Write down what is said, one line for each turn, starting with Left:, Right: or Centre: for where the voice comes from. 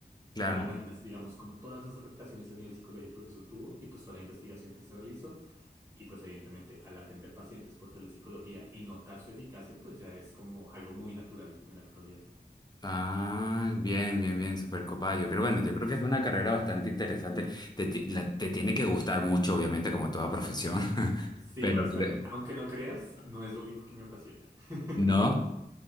Left: Claro.
Right: Tú te imaginas, digamos, como todas las afectaciones a nivel psicológico que eso tuvo y pues toda la investigación que se realizó y pues evidentemente al atender pacientes por telepsicología y notar su eficacia, pues ya es como algo muy natural en la actualidad.
Left: Ah, bien, bien, bien, súper copada. Yo creo, bueno, yo creo que es una carrera bastante interesante. Te, ti- la- te tiene que gustar mucho, obviamente, como toda profesión. <laughs>
Right: Sí,
Left: Pero
Right: bastante.
Left: creo-
Right: Aunque no creas, no es lo único que me apasiona. <laughs>
Left: No,